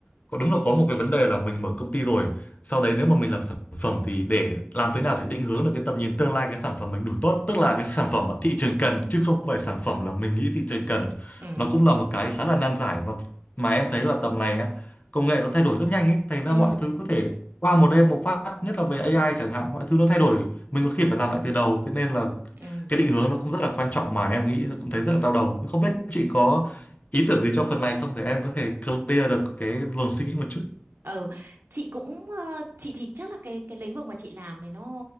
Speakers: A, on the left; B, on the right.
A: có đúng là có một cái vấn đề là mình mở công ty rồi sau đấy nếu mà mình làm sản phẩm thì để làm thế nào để định hướng được cái tầm nhìn tương lai cái sản phẩm mình đủ tốt tức là cái sản phẩm mà thị trường cần chứ không phải sản phẩm là mình nghĩ thị trường cần
B: ừ
A: nó cũng là một cái khá là nan giải mà mà em thấy là tầm này á công nghệ nó thay đổi rất nhanh ấy thành
B: ừ
A: ra mọi thứ có thể qua một đêm một phát nhất là về AI chẳng hạn mọi thứ nó thay đổi mình có khi phải làm lại từ đầu thế nên là
B: ừ
A: cái định hướng nó cũng rất là quan trọng mà em nghĩ là cũng thấy rất là đau đầu không biết chị có ý tưởng gì cho phần này không để em có thể clear được cái luồng suy nghĩ một chút
B: Ờ, chị cũng ờ, chị thì chắc là cái cái lĩnh vực mà chị làm này nó